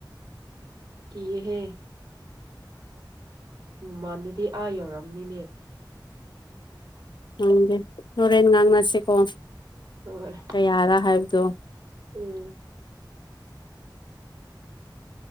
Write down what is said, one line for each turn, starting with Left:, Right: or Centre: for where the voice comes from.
Right: ꯀꯤꯍꯦ ꯃꯃꯥꯟꯗꯨꯗꯤ ꯑꯥ ꯌꯧꯔꯝꯅꯤꯅꯦ
Left: ꯍꯪꯗꯦ ꯍꯣꯔꯦꯟ ꯉꯥꯡꯅꯁꯤꯀꯣ
Right: ꯍꯣꯏ
Left: ꯀꯌꯥꯔ ꯍꯥꯏꯕꯗꯣ
Right: ꯎꯝ